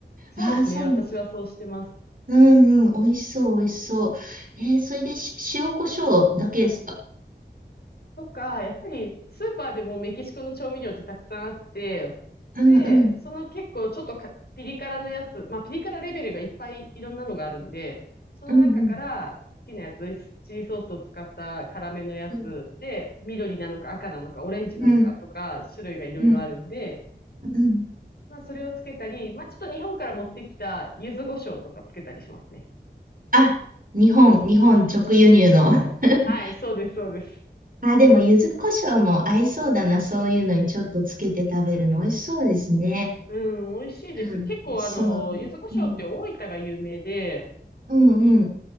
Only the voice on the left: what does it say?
そうですね。
私はそうしてます。
とか、やっぱりスーパーでもメキシコの調味料ってたくさんあって、
で、その結構ちょっとかピリ辛のやつ、まあピリ辛レベルがいっぱいいろんなのがあるんで、その中から好きなやつ、
チリソースを使った辛めのやつで、
緑なのか赤なのかオレンジなのかとか種類がいろいろあるんで、
まあ、それをつけたり、まあ、ちょっと日本から持ってきた柚子胡椒とかつけたりしますね。
はい、そうです、そうです。
うん、美味しいですよ。
結構、
あの、柚子胡椒って大分が有名で、